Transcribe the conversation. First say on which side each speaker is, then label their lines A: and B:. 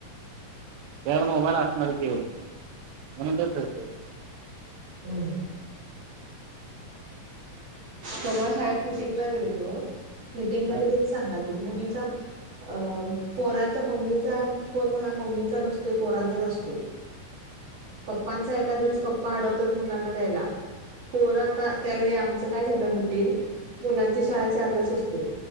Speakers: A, on the right (about 80°); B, on the right (about 50°).
A: त्यांला मोबाईल असणारं की म्हंणचं होतो
B: हम्मं पर्वा शाळेंत मिटिंग लां गेले ते मिटिंग
A: हा
B: मध्यें सांगाल ते मुलींचा अं पोहरांच्या मम्मीचां फोन हां मम्मीचा नसतोय पोहरांचाच असतो
A: हम्मं
B: पप्पांचा एकां दिवसं पप्पां आडवतोत मुलांना द्यायंला पोरं आंता त्यांवेळी आं ते कायं झालं माहिती आहे मुलां शाळां चार लां सुटते